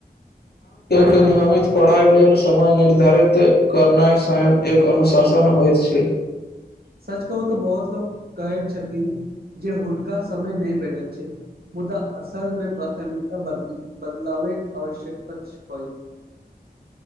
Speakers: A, on the left; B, on the right.
A: के नियमित पढ़ाइ लेल समय निर्धारित करनाइ स्वयं एक अनुशासन होइत छै <inaudible>
B: सच कहू तऽ बहुत लोक कहैत छथिन जे हुनका समय नहि भेटत मुदा असल मे प्राथमिकता बदल बदलावैके आवश्यकता छै होई छै